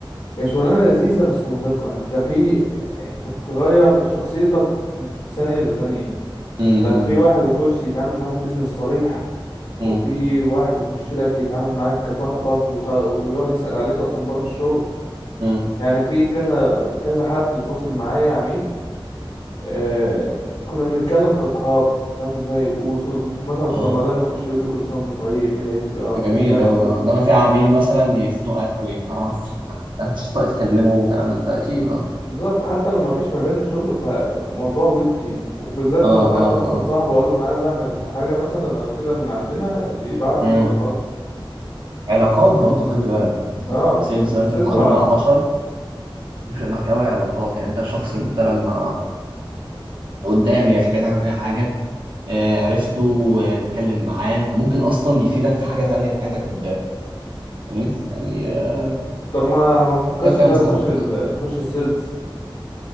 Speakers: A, on the left; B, on the right.
A: هي شغلانة لذيذة بس مرهقة انت في انت بتغير شخصيتك في في ثانية إلا ثانية
B: امم
A: انت في واحد يخش يتعامل معاك بيزنس صريح وفي
B: امم
A: واحد يخش لك يتعامل معاك كصاحبك وص... ويقعد يسأل عليك اصلا بره الشغل
B: امم
A: يعني في كذا كذا حد تواصل معايا عميل آه... كنا بنتكلم كاصحاب انت فاهم ازاي وص- وفي مثلا في
B: اه
A: رمضان يخش يقول لي كل سنه وانت طيب العيد اخش
B: ده جميل
A: انا
B: أوي
A: اقول
B: ده
A: له كل
B: انما
A: سنه
B: في
A: وانت
B: عميل
A: طيب
B: مثلا يخنقك ويقرفك انت مش طايق تكلمه وكلام من ده اكيد
A: بز-
B: اه
A: بالظبط حتى لو ما فيش ما بيننا شغل فالموضوع ودي يعني وبالذات
B: اه
A: لو حد
B: اه
A: مثلا
B: اه
A: صاحبه قال له انا عايز اعمل حاجه مثلا او كده من عندنا بيبعتوا
B: امم
A: لينا طبعا
B: علاقات برضو خلي بالك انت
A: اه
B: سيلز
A: السيلز
B: ده انت بتتعامل مع بشر تفرق معاك قوي علاقات يعني انت الشخص ده لما قدامي يا اخي بعيد عن اي حاجه آه، عرفته واتكلم معاه انت ممكن اصلا يفيدك في حاجه تانية في حياتك قدام فاهمني يعني آه،
A: مم. طب ما ما بتفكرش
B: كده فيها
A: كده
B: مصلحه
A: تخش
B: قدام
A: ال... تخش السيلز